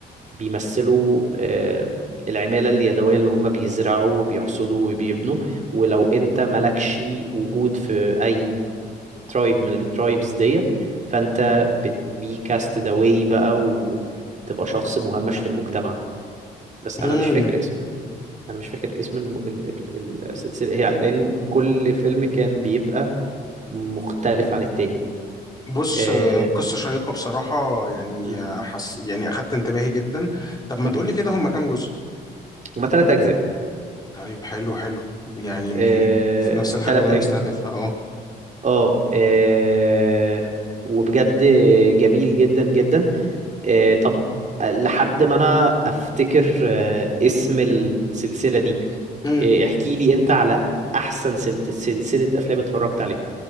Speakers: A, on the right (about 40°); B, on the left (about 20°).
A: بيمثلوا آه، العمالة اليدوية اللي هم بيزرعوا وبيحصدوا وبيبنوا ولو انت مالكش وجود في اي ترايب من الترايبز ديت فانت بتبي كاستد اواي بقى وتبقى شخص مهمش في المجتمع بس انا
B: مم.
A: مش فاكر اسم انا مش فاكر اسم الم... ال- ال- السلسلة هي لان كل فيلم كان بيبقى مختلف عن التاني
B: بص
A: آه،
B: آه، قصة شيقة بصراحة يعني
A: م-
B: آه، حس يعني أخدت انتباهي جدا طب ما
A: م-
B: تقولي كده هما كام جزء؟
A: هما تلات اجزاء
B: طيب حلو حلو يعني يمكن
A: آه،
B: في نفس الحاجة
A: تلات
B: اللي أنا
A: أج...
B: مستهدفها أه
A: اه آه، وبجد جميل جدا جدا آه، طب لحد ما انا افتكر آه، اسم السلسلة دي
B: مم.
A: آه، احكي لي انت على احسن سلت- سلسلة افلام اتفرجت عليها